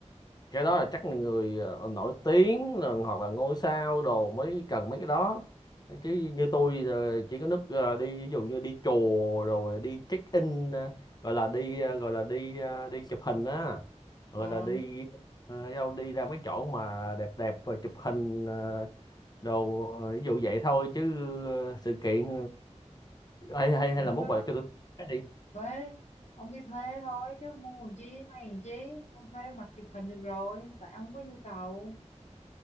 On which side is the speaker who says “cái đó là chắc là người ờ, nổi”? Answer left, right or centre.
Left